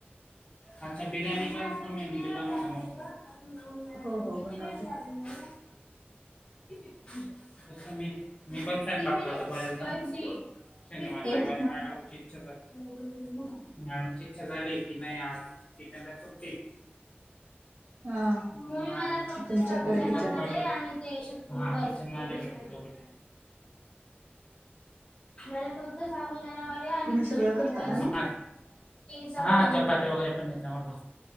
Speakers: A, on the left; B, on the right.
A: अच्छा बिर्याणी पण तुम्ही म्हणजे बनवता म्हणे <unintelligible> किती
B: हो हो बनवते.
A: वेळ झाले <unintelligible> जस मी. मी पण स्वयंपाक करतो बऱ्याचदा. शनिवारी
B: होय
A: - रवीवारी
B: का?
A: मॅडमची इच्छा झाली, मॅडमची इच्छा झाली की नाही आज कीचनला सुट्टी.
B: हा.
A: मला फक्त
B: तुमच्याकडे
A: साबुदाणा
B: किचन
A: वडे आणि ते <unintelligible> मला फक्त साबुदाना वडे
B: तुम्ही
A: न
B: सगळं
A: चटणी
B: करता
A: बस.
B: का मग?
A: तीन सव्वा तीन, हा चपाती वगैरे पण येत मला.